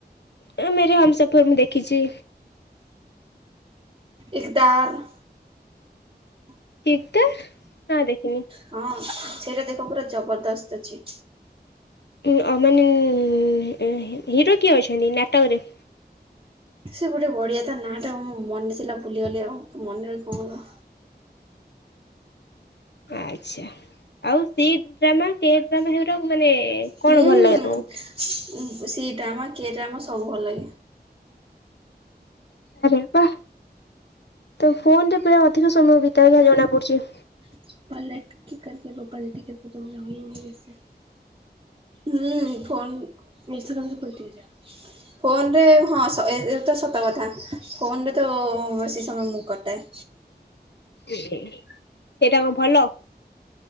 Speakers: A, on the left; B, on the right.
A: ଏ ମେରେ ହାମସଫର ମୁଁ ଦେଖିଚି।
B: ଇସ୍ତାର।
A: ଇତାର, ନା ଦେଖିନି।
B: ହଁ ସେଇଟା ଦେଖ ପୁରା ଜବରଦସ୍ତ ଅଛି।
A: <unintelligible> ହିରୋ କିଏ ଅଛନ୍ତି ନାଟକରେ?
B: ସେ ଗୋଟେ ବଢିଆ ତା ନାଁ ଟା ମନେ ଥିଲା ଭୁଲିଗଲି ଆଉ ମନେ ରେ କଣ
A: ଆଛା ଆଉ ସି ଡ୍ରାମା କେ ଡ୍ରାମା ହେଗୁରା ମାନେ
B: ହୁଁ
A: କଣ ଭଲ ଲାଗେ ତମକୁ?
B: ସି ଡ୍ରାମା କେ ଡ୍ରାମା ସବୁ ଭଲ ଲାଗେ।
A: ଆରେ ବାଃ ତ ଫୋନ ରେ ପୁରା ଅଧିକ ସମୟ ବିତାଇବ ଜଣା ପଡୁଚି।
B: <unintelligible> ହୁଁ ଫୋନ୍ ନୀସଚିନ୍ତ ପଲଟି ଯା।
A: ଅଡିଓ ଶୁଭୁ ନାହିଁ।
B: ଫୋନରେ ହଁ ଏ ତ ସତ କଥା ଫୋନରେ ତ ବେଶୀ ସମୟ ମୁଁ କଟାଏ।
A: ଏ ହେ ଏଟା କଣ ଭଲ?